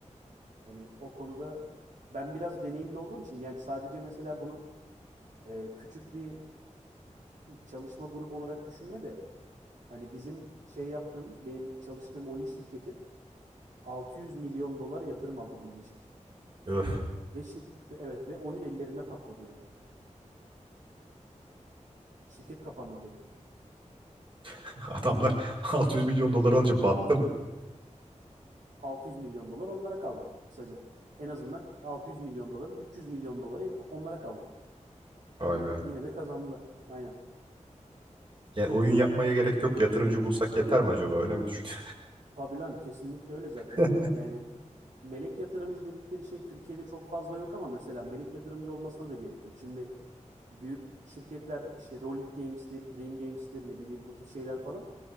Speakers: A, on the right; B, on the right.
A: Hani o konuda ben biraz deneyimli olduğum için yani sadece mesela bunu e, küçük bir çalışma grubu olarak düşünme de hani bizim şey yaptığımız benim çalıştığım oyun şirketi 600 milyon dolar yatırım aldı bunun için.
B: Öf,
A: Ve şir- ve evet ve oyun ellerinde patladı yani. Şirket kapandı direkt.
B: <laughs> adamlar 600 milyon dolar alınca battı mı?
A: 600 milyon dolar onlara kaldı kısaca. En azından 600 milyon doların 300 milyon doları el- onlara kaldı.
B: Vay be.
A: Yine de kazandılar. Aynen.
B: Yani oyun yapmaya gerek yok. Yatırımcı bulsak yeter mi acaba? Öyle mi düşündün?
A: Tabii lan kesinlikle öyle zaten.
B: <laughs>
A: Yani melek yatırımcı dedikleri şey Türkiye'de çok fazla yok ama mesela melek yatırımcı olmasına da gerek yok. Şimdi büyük şirketler işte Rolik Games'tir, Dream Games'tir ne bileyim bu tip şeyler falan